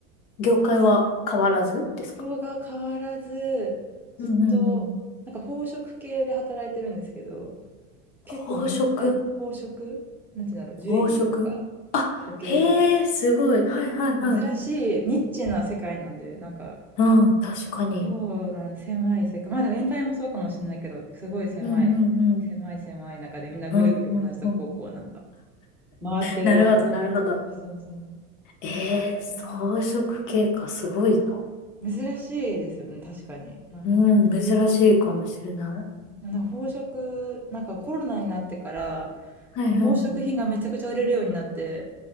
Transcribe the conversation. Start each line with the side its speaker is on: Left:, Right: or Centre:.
Left: 業界は変わらずですか
Centre: 色が変わらず、ずっとなんか宝飾系で働いてるんですけど、
Left: うんうんうん。
Centre: 結構まったり、
Left: 宝飾
Centre: 宝飾なんて言うんだろう、
Left: 宝飾
Centre: ジュエリーとか時計とか
Left: へえ、すごい。はいはいはい。
Centre: 珍しい、ニッチな世界なんで、なんか、
Left: うん、確かに。
Centre: そうなんで、狭い世界。まあでも、エンタメもそうかもしれないけど、すごい狭い、
Left: うんうんうん。
Centre: 狭い狭い中で、みんなぐるぐる同じとこをこう、
Left: うんうんうん。
Centre: なんか、回ってるような。
Left: なるほど、なるほど。
Centre: そうそうそう。
Left: えー、
Centre: うんうん
Left: 装飾系か、すごいな。
Centre: 珍しいですよね、確かに。なんかあんまり、
Left: うん、珍しいかもしれな
Centre: うんなんか宝飾、なんかコロナになってから、
Left: い。はいはいは
Centre: もう宝飾品がめちゃくちゃ売れるようになって、